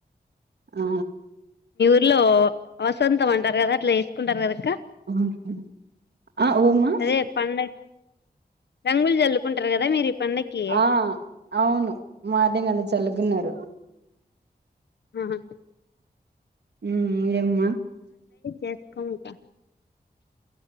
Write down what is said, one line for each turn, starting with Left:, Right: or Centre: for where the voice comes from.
Right: ఆ
Left: ఇట్లో వసంతం అంటారు కదా అట్లా వేసుకుంటారు కదా
Right: ఉంహు ఆ ఓమా
Left: అదే పండగ రంగులు జల్లుకుంటరు కదా మీరిప్ పండక్కి
Right: ఆ అవును మార్నింగ్ అంత చల్లుగున్నారు
Left: ఆహా
Right: ఉ ఇంకెమ్మా
Left: చేసుకోమక్క